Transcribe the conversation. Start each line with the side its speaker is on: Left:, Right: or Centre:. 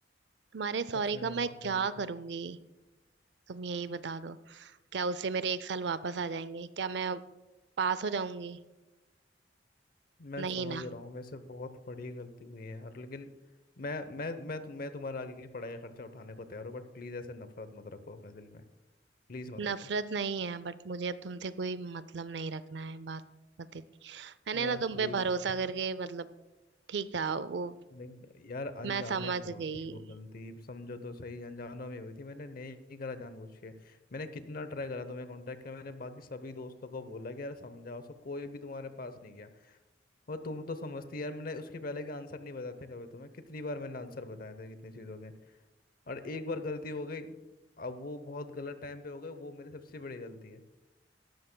Right: तुम्हारे सॉरी
Left: सच में
Right: का
Left: मैं
Right: मैं
Left: माफी
Right: क्या
Left: मांगता
Right: करूंगी
Left: हूँ
Right: तुम यही बता दो क्या उससे मेरे एक साल वापस आ जाएंगे क्या मैं पास हो जाऊंगी
Left: मैं
Right: नहीं
Left: समझ
Right: ना
Left: रहा हूँ मेरे से बहुत बड़ी गलती हुई है यार लेकिन मैं मैं मैं तुम मैं तुम्हारे आगे की पढ़ाई का खर्चा उठाने को तैयार हूँ बट प्लीज ऐसे नफरत मत रखो अपने दिल में प्लीज मत
Right: नफरत
Left: रखो
Right: नहीं है बट मुझे अब तुमसे कोई मतलब नहीं रखना है बात बत इतनी मैंने
Left: यार
Right: ना तुम
Left: प्लीज
Right: पे भरोसा
Left: समझो
Right: करके मतलब ठीक था वो
Left: देख- यार अनजाने
Right: मैं समझ
Left: में
Right: गई
Left: हुई थी वो गलती समझो तो सही अनजानों में हुई थी मैंने नहीं करा जानबूझ के मैंने कितना ट्राई करा तुम्हें कांटेक्ट किया मैंने बाकी सभी दोस्तों को बोला कि यार समझाओ सो कोई भी तुम्हारे पास नहीं गया और तुम तो समझती यार मैंने उसके पहले के आंसर नहीं बताते कभी तुम्हें कितनी बार मैंने आंसर बताया था कितनी चीज़ों के और एक बार गलती हो गई अब वो बहुत गलत टाइम पे हो गए वो मेरी सबसे बड़ी गलती है